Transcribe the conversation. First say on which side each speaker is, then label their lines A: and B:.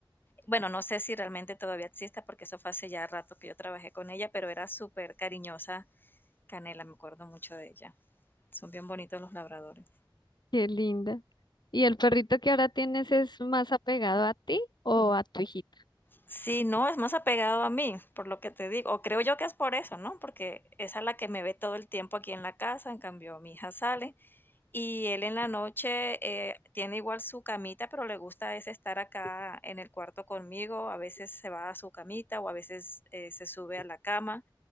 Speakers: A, on the left; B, on the left.
A: Bueno, no sé si realmente todavía exista porque eso fue hace ya rato que yo trabajé con ella, pero era súper cariñosa Canela, me acuerdo mucho de ella. Son bien bonitos los labradores.
B: qué linda. ¿Y el perrito que ahora tienes es más apegado a ti o a tu hijita?
A: Sí, no, es más apegado a mí, por lo que te digo. O creo yo que es por eso, ¿no? Porque esa es la que me ve todo el tiempo aquí en la casa. En cambio, mi hija sale Y él en la noche eh, tiene igual su camita, pero le gusta es estar acá en el cuarto conmigo. A veces se va a su camita o a veces eh, se sube a la cama,